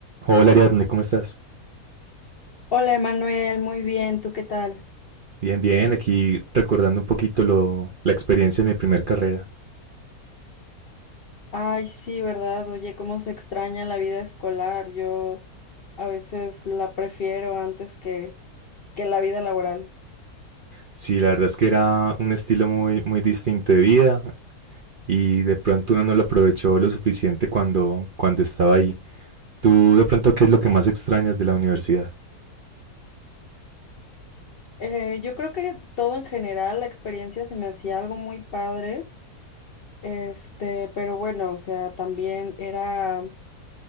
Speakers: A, on the right (about 55°); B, on the left (about 55°).
A: Hola Ariadne, ¿cómo estás?
B: Hola Emanuel, muy bien, ¿tú qué tal?
A: Bien, bien, aquí recordando un poquito lo, la experiencia de mi primer carrera.
B: Ay, sí, ¿verdad? Oye, cómo se extraña la vida escolar. Yo a veces la prefiero antes que, que la vida laboral.
A: Sí, la verdad es que era un estilo muy, muy distinto de vida y de pronto uno no lo aprovechó lo suficiente cuando, cuando estaba ahí. ¿Tú de pronto qué es lo que más extrañas de la universidad?
B: Eh, yo creo que todo en general, la experiencia se me hacía algo muy padre, este, pero bueno, o sea, también era